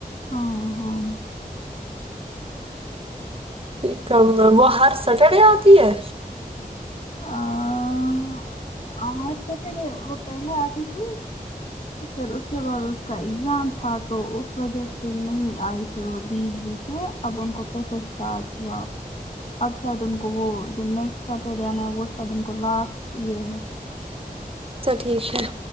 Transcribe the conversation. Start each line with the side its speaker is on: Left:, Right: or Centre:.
Left: ہاں ہاں
Right: ٹھیک ہے وہ ہر سٹرڈے آتی ہے
Left: آ ہار سٹرڈے وہ پہلے آتی تھی پھر اس کے بعد اس کا ایگزام تھا تو اس وجہ سے نہیں آئی پھر وہ <unintelligible> یے اب ان کو پھر اسے سٹارٹ ہوا اب شاید ان کو وہ جو نیکسٹ سیٹرڈے آنا ہے وہ شاید ان کو لاسٹ یے ہے
Right: تو ٹھیک ہے